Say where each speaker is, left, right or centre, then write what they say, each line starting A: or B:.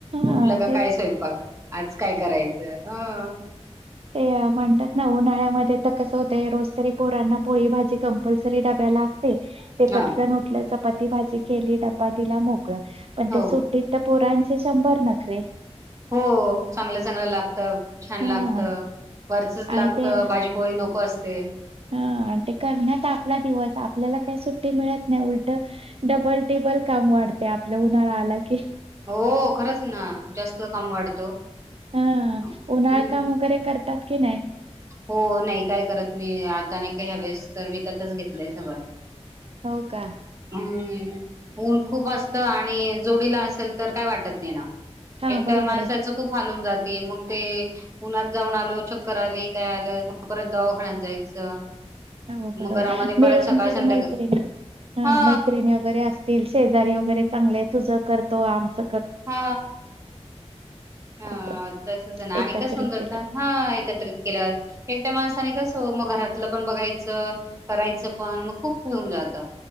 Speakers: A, on the right (about 60°); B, on the right (about 25°).
A: हा
B: उठलं का
A: तेच
B: काय स्वयंपाक आज काय करायचं? ह.
A: ते म्हणतात ना उन्हाळ्या तर कस होते रोज तरी पोरांना पोळी भाजी कंपलसरी डब्याला असते. ते
B: हा
A: पटकन उटल्या पाती भाजी केली डबा दिला मोक कळ पण
B: हो
A: ते सुट्टी पोरांचे शंभर नखरे
B: हो चांगलं चांगलं लागत. छान
A: हा
B: लागत वरचच लागत
A: आणि ते
B: भाजी पोळी नको असत. ते.
A: हा आणि ते करण्यात आपला दिवस आपल्याला काही सुट्टी मिळत नाही उलट डबल टिब्बल काम वाढते आपलं उन्हाळा आला की
B: हो. खरंच ना. जास्त काम वाढतो.
A: हा
B: हम्म
A: उन्हाळ काम वगैरे करतात. की नाही.
B: हो नाही काय करत मी, आता नाही काही ह्यावेळेस तर विकतच घेतलंय सगळं.
A: हो का.
B: हम्म ऊन खूप असत आणि जोडीला असेल तर काय वाटत नाही ना.
A: हा
B: एकट्या
A: बरोबर
B: माणसाचं
A: आहे.
B: खूप हाल होऊन जात. ते मग ते उन्हात जाऊन आलो चक्कर आली काय आलं मग परत दवाखान्यात जायचं.
A: हो बरोबर.
B: मग घरामध्ये
A: मिळून
B: परत सकाळ
A: जर
B: संध्याकाळ
A: मैत्रिणी ह
B: हा
A: मैत्रिणी वगैरे असतील शेजारी वगैरे चांगले तुझ. करतो आमच
B: हा हा.
A: असं
B: तसच ना. आणि
A: एकत्रित
B: कस होन जात
A: केलं
B: हा एकत्रित केल्यावर एकट्या माणसाने कस हो मग घरातलं पण बघायचं करायचं पण मग खूप होऊन जातं.